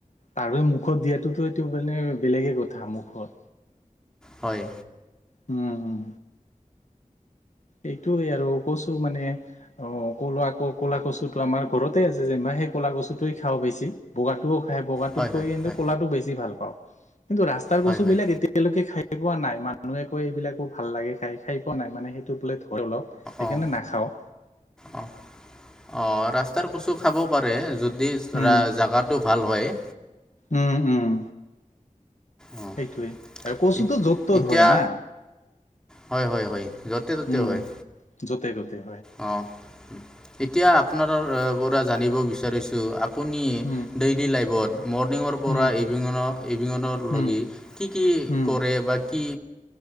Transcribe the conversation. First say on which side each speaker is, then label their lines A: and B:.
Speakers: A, on the left; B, in the centre.
A: তাৱে মুখত দিয়াতটোতো এইটো মানে বেলেগে কথা মুখত
B: হয়
A: উম এইটোয়ে আৰু কচু মানে অ কলা ক ক'লা কচুটো আমাৰ ঘৰতে আছে যে ইমান সেই ক'লা কছুতোৱই খাওঁ বেছি বগাটোও খাই বগাটোতকৈ
B: হয় হয়
A: কিন্তু ক'লাতটো বেছি ভাল পাওঁ কিন্তু ৰাস্তাৰ
B: হয় হয়
A: কচু
B: হয়
A: বিলাক এতিয়ালৈকে খাই খ পোৱা নাই মানুহে কৈ এইবিলাকো ভাল লাগে খাই খাই পোৱা নাই মানে সেইটো বোলে অলপ সেইকাৰণে
B: অঁ
A: নাখাওঁ
B: অঁ অঁ ৰাস্তাৰ কচু খাব পাৰে যদি
A: উম
B: জগাটো ভাল হয়
A: উম উম
B: অঁ
A: সেইটোৱেই আৰু কচুটো
B: এত-
A: য'ত ত'ত
B: এতিয়া
A: হয় না
B: হয় হয় হয় য'তে ত'তে
A: উম
B: হয়
A: য'তে যতেই
B: অ' এতিয়া আপোনাৰ পৰা জানিব বিচাৰিছো আপুনি
A: উম
B: ডেইলী লাইফত মৰ্ণিঙৰ পৰা
A: উম
B: ইভিনিঙৰ ইভিনিঙৰ
A: উম
B: লগী কি কি
A: উম
B: কৰে বা কি